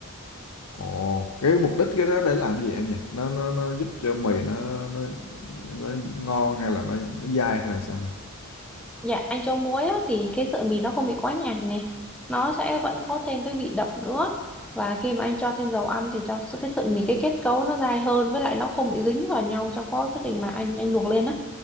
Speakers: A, on the left; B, in the centre.
A: Ồ, cái mục đích cái đó để làm gì em nhỉ? Nó nó nó giúp cho mì nó nó nó ngon hay là nó nó dai hay là sao?
B: dạ anh cho muối á thì cái sợi mì nó không bị quá nhạt này nó sẽ vẫn có thêm cái vị đậm nữa và khi mà anh cho thêm dầu ăn thì cho sự- cái sợi mì cái kết cấu nó dai hơn với lại nó không bị dính vào nhau trong quá- quá trình mà anh anh luộc lên á